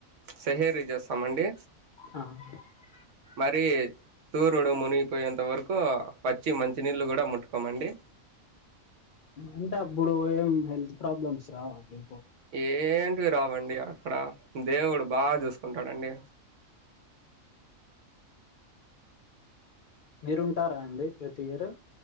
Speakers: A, on the right (about 70°); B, on the left (about 75°).
A: సహేరీ చేస్తామండి.
B: అహ
A: మరి సూర్యుడు మునిగిపోయేంత వరకు పచ్చి మంచినీళ్ళు కూడా ముట్టుకోమండి.
B: అంటే అప్పుడు ఏం హెల్త్ ప్రాబ్లమ్స్ రావా అండీ.
A: ఏంటివి రావండి అక్కడ దేవుడు బాగా చూసుకుంటాడండి.
B: మీరుంటారా అండి ప్రతి ఇయర్.